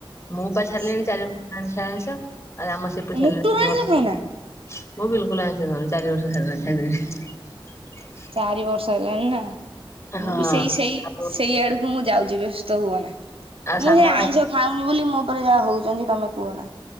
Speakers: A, on the left; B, on the right.
A: ମୁଁ ପା ଛାଡ଼ିଲିଣି
B: ସେ
A: ଚାରି ବର୍ଷ ହେଲା ଆଇଁଷ। ଆହୁରି ଆମ ସିପୁ
B: ମୁଟୁରୁ
A: ଛାଡି ଲାଣି
B: ଆଇଁଷ
A: ଦିଇ ବର୍ଷ
B: ଖାଉନା
A: ମୁଁ ବିଲୁକୁଲୁ ଆଇଁଷ ଖାଉନି ଚାରି ବର୍ଷ ଛାଡ ଛାଡ଼ିଲିନି।
B: ଚାରି ବର୍ଷ ହେଲାଣି ନା ମୁଁ
A: ହଁ।
B: ବି ସେଇ ସେଇ
A: ଆଉ
B: ସେଇ ଆଡକୁ ମୁଁ ଯାଉଚି ବ୍ୟସ୍ତ ହୁଅ ନା
A: ଆଉ ସାନ
B: ମୁଁ ସେ
A: ଭାଇ
B: ଆଇଁଷ ଖାଉନି ବୋଲି ମୋ ଉପରେ ଯାହା ହୋଉଚନ୍ତି ତମେ କୁହ ନା।